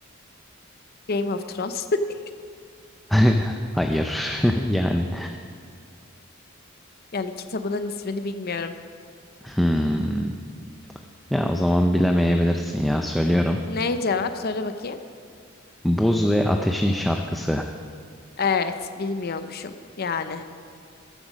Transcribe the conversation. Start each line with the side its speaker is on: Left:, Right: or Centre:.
Left: Game of Thrones. <laughs>
Centre: <laughs> Hayır. <laughs> Yani.
Left: Yani kitabının ismini bilmiyorum.
Centre: Hmm. Ya o zaman bilemeyebilirsin ya söylüyorum.
Left: Ne cevap? Söyle bakayım.
Centre: Buz ve Ateşin Şarkısı.
Left: Evet. Bilmiyormuşum. Yani.